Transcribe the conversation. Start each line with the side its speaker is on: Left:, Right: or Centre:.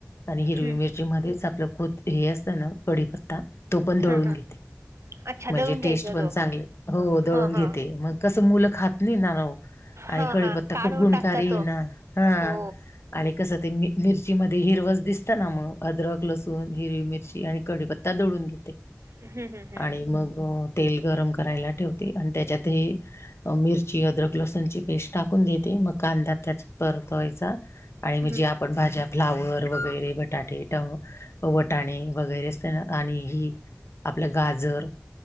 Left: आणि हिरवी
Right: हम्म
Left: मिरची, मध्येच आपलं खत हे असत ना कढीपत्ता तो पण दळून.
Right: हा हा
Left: घेते
Right: अच्छा
Left: म्हणजे
Right: दळून घ्यायचा
Left: टेस्ट पण
Right: तो.
Left: चांगले हो दळून
Right: ह
Left: घेते
Right: ह
Left: मग कस मुलं खात नाही ना ना. आणि
Right: ह
Left: कळीपत्ता
Right: हा काढून
Left: खूप गुणकारी
Right: टाकता तो
Left: ना हा!
Right: हो
Left: आणि कसं ते मिरची मध्ये हिरवच दिसत ना मग अदरक लसण हिरवी मिरची आणि, कडीपत्ता दोडून घेते.
Right: हम् हम हं,
Left: आणि मग तेल गरम करायला ठेवते आणि त्याच्यातही, मिरची अद्रक लसूणची पेस्ट टाकून देते मग कांदा्या त्याच्यात परतवायचा. आणि म्हणजे
Right: हम्म
Left: आपण भाज्या फ्लावर वगैरे बटाटे टम, वटाणे वगैरे अस आणि ह आपल्या गा, जर